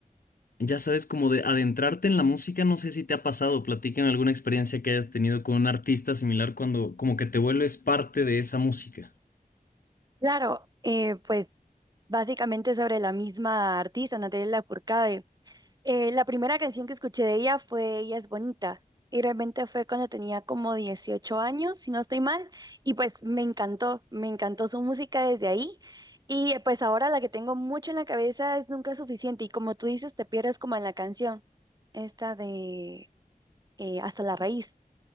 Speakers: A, on the left; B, on the right.
A: ya sabes, como de adentrarte en la música, no sé si te ha pasado, platícame alguna experiencia que hayas tenido con un artista similar cuando como que te vuelves parte de esa música.
B: Claro, eh, pues básicamente sobre la misma artista, Natalia Lafourcade. Eh, la primera canción que escuché de ella fue Ella es bonita. Y realmente fue cuando tenía como 18 años, si no estoy mal. Y pues me encantó, me encantó su música desde ahí. Y eh, pues ahora la que tengo mucho en la cabeza es Nunca es suficiente. Y como tú dices, te pierdes como en la canción, esta de eh, Hasta la raíz.